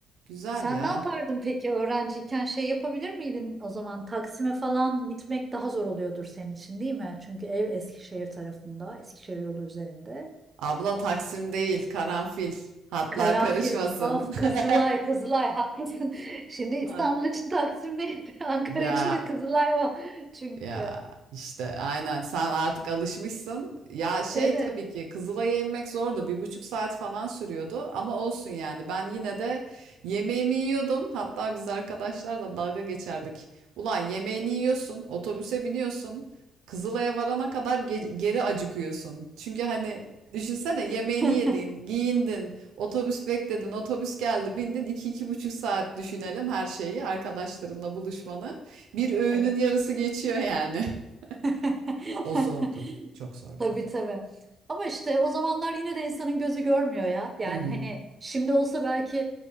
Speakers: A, on the right; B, on the right.
A: güzel
B: Sen
A: ya.
B: ne yapardın peki öğrenciyken şey yapabilir miydin o zaman Taksim'e falan gitmek daha zor oluyordur senin için değil mi? Çünkü ev Eskişehir tarafında, Eskişehir yolu üzerinde.
A: Abla Taksim değil karanfil. Hatlar
B: Karanfil,
A: karışmasın.
B: of Kızılay,
A: <laughs>
B: Kızılay haklısın. <laughs> Şimdi İstanbul
A: Hat-
B: için Taksim neydi? <laughs> Ankara
A: Ya
B: için de Kızılay o çünkü.
A: Ya işte aynen sen artık alışmışsın. Ya şey
B: Evet,
A: tabii ki Kızılay'a inmek zordu. Bir buçuk saat falan sürüyordu. Ama olsun yani ben yine de yemeğimi yiyordum. Hatta biz arkadaşlar da dalga geçerdik. Ulan yemeğini yiyorsun, otobüse biniyorsun. Kızılay'a varana kadar ge- geri acıkıyorsun. Çünkü hani düşünsene yemeğini
B: <laughs>
A: yedin, giyindin, otobüs bekledin, otobüs geldi, bindin. iki iki buçuk saat düşünelim her şeyi, arkadaşlarınla buluşmanı. Bir öğünün
B: evet.
A: yarısı geçiyor yani. <laughs>
B: <laughs>
A: O zordu. Çok zordu.
B: Tabii tabii. Ama işte o zamanlar yine de insanın gözü görmüyor ya. Yani
A: Hı hı,
B: hani şimdi olsa belki